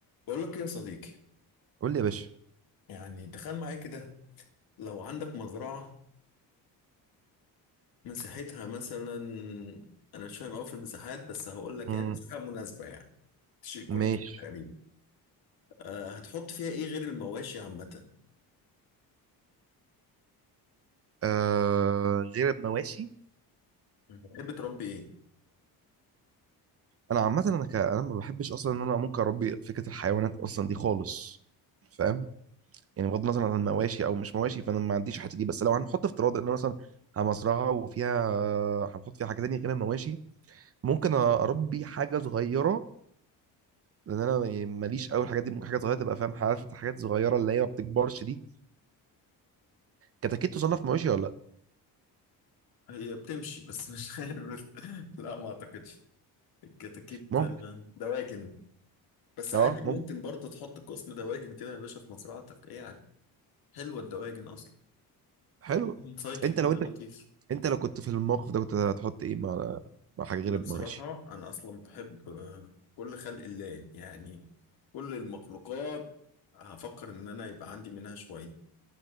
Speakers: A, on the left (about 70°); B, on the right (about 35°).
A: بقول لك يا صديقي
B: قول لي يا باشا
A: يعني تخيل معايا كده لو عندك مزرعة مساحتها مثلا أنا مش فاهم أوي في المساحات بس هقول لك
B: مم.
A: يعني مساحة مناسبة يعني تشيل كل
B: ماشي
A: حاجة تقريبا أه هتحط فيها إيه غير المواشي عامة؟
B: آه غير المواشي
A: بتحب تربي إيه؟
B: انا عامه انا ك... انا ما بحبش اصلا ان انا ممكن اربي فكره الحيوانات اصلا دي خالص فاهم يعني بغض النظر عن المواشي او مش مواشي فانا ما عنديش الحته دي بس لو هنحط افتراض ان أنا مثلا مزرعه وفيها هنحط فيها حاجه تانية غير المواشي ممكن اربي حاجه صغيره لان انا يعني ماليش قوي الحاجات دي ممكن حاجه صغيره تبقى فاهم عارف انت حاجات صغيره اللي هي ما بتكبرش دي كتاكيت تصنف مواشي ولا لا
A: هي بتمشي بس مش <laughs> عارف لا ما أعتقدش الكتاكيت
B: ممكن
A: آه، دواجن بس عادي
B: اه ممكن
A: ممكن برضه تحط قسم دواجن كده يا باشا في مزرعتك إيه يعني؟ حلوة الدواجن أصلا
B: حلو
A: سايكل
B: انت
A: كده
B: لو انت
A: لطيف
B: انت لو كنت في الموقف ده كنت هتحط ايه مع مع حاجه غير
A: انا
B: المواشي
A: بصراحة انا اصلا بحب آه، كل خلق الله يعني كل المخلوقات هفكر ان انا يبقى عندي منها شوية